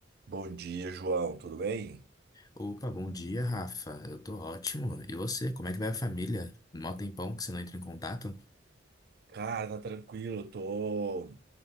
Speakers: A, on the right (about 55°); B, on the left (about 20°).
A: Bom dia, João. Tudo bem?
B: Opa, bom dia, Rafa. Eu tô ótimo. E você, como é que vai a família? Mó tempão que você não entra em contato?
A: Cara, tá tranquilo. Eu tô